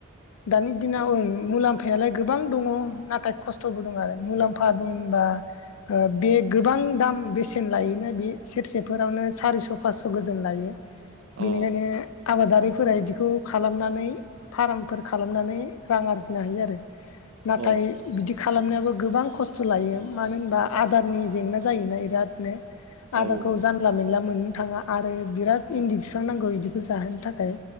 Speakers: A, on the left (about 90°); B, on the right (about 70°).
A: दानि दिनाव ओं मुलाम्फायालाय गोबां दङ नाथाय खस्थ'बो दं आरो मुलाम्फा दं होनबा ओ बे गोबां दाम बेसेन लायोना बे सेरसेफोरावनो सारिस' फासस' <unintelligible> लायो
B: अ
A: बेनिखायनो आबादारिफोरा बिदिखौ खालामनानै फार्म फोरबो खालामनानै रां आरजिनो हायो आरो नाथाय
B: अ
A: बिदि खालामनायाबो गोबां खस्थ' लायो मानो होनबा आदारनि जेंना जायोना इरादनो।
B: औ
A: आदारखौ जानला मेनला मोननो थाङा आ बिराद इन्दि बिफां नांगौ इदिखौ जाहोनो थाखाय